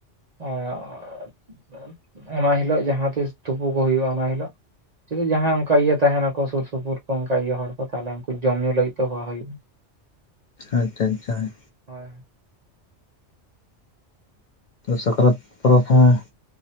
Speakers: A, on the right; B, on the left.
A: <unintelligible> ᱚᱱᱟ ᱦᱤᱞᱳᱜ ᱡᱟᱦᱟᱸ ᱛᱤᱥ ᱛᱩᱯᱩ ᱠᱚ ᱦᱩᱭᱩᱜᱼᱟ ᱚᱱᱟ ᱦᱤᱞᱳᱜ᱾ ᱡᱩᱫᱤ ᱡᱟᱦᱟᱸᱭ ᱚᱱᱠᱟ ᱤᱭᱟᱹ ᱛᱟᱦᱮᱱᱟ ᱥᱩᱨ ᱥᱩᱯᱩᱨ ᱠᱚ ᱚᱱᱠᱟ ᱤᱭᱟᱹ ᱦᱚᱲ ᱠᱚ ᱛᱟᱦᱚᱞᱮ, ᱩᱱᱠᱩ ᱡᱚᱢ ᱧᱩ ᱞᱟᱹᱜᱤᱫ ᱛᱮ ᱦᱚᱦᱚ ᱦᱩᱭᱩᱜᱼᱟ ᱾
B: ᱟᱪᱪᱷᱟ ᱟᱪᱪᱷᱟ ᱾
A: ᱦᱳᱭ ᱾
B: ᱥᱟᱠᱨᱟᱛ ᱯᱚᱨᱚᱵᱽ ᱦᱚᱸ